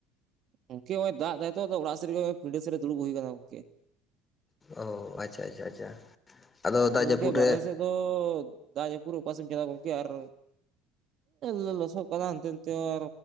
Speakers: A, on the right (about 50°); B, on the left (about 25°).
A: ᱜᱚᱢᱠ ᱦᱚᱸᱜ ᱚᱭᱟᱜ ᱫ ᱛᱟᱭᱟᱭᱚ ᱚᱲᱟᱜᱮᱫ ᱯᱤᱰᱟᱹ ᱥᱮᱫ ᱨᱮ ᱫᱲᱩᱵ ᱦᱩᱭ ᱟᱠᱟᱱᱟ ᱜᱚᱝᱠᱮ
B: ᱚ ᱟᱪᱪᱷᱟ ᱟᱪᱪᱷᱟ ᱟᱪᱪᱷᱟ ᱟᱫᱚ ᱫᱟᱜ
A: ᱟᱨ
B: ᱡᱟᱹᱯᱩᱫ
A: ᱜᱚᱢᱠᱮ
B: ᱨᱮ
A: ᱵᱟᱦᱨᱮ ᱥᱮᱫ ᱫᱚ ᱫᱟᱜ ᱡᱟᱹᱯᱩᱫ ᱚᱠᱟᱥᱮᱢ ᱪᱟᱞᱟᱜᱼᱟ ᱜᱚᱢᱠᱮ ᱟᱨ ᱞᱮ ᱞ ᱥ <unintelligible> ᱠᱟ ᱛᱮᱛᱮ ᱟᱨ